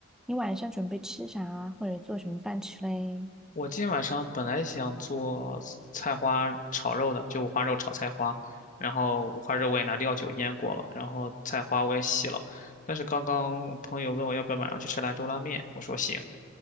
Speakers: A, in the centre; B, on the left.
A: 你晚上准备吃啥，或者做什么饭吃嘞？
B: 我今天晚上本来想做菜花炒肉的，就五花肉炒菜花，然后五花肉我也拿料酒腌过了，然后菜花我也洗了，但是刚刚我朋友问我要不要晚上去吃兰州拉面，我说行。